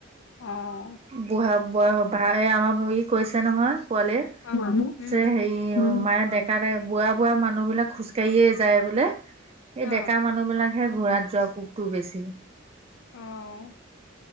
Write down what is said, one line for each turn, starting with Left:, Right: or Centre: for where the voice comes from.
Left: অ'।
Right: বুঢ়া বয়স এই আমাৰ ই কৈছে নহয়। পোৱালিৰ,
Left: মানুহ
Right: পিছে হেৰি
Left: উম
Right: মায়ে ডেকা ডে বুৱা বুৱা মানুহ বিলাক খোজকাঢ়িয়ে যায় বোলে, এই
Left: অ
Right: ডেকা মানুহ বিলাকহে ঘোৰাত যোৱা কোকটো বেছি
Left: অঁ-।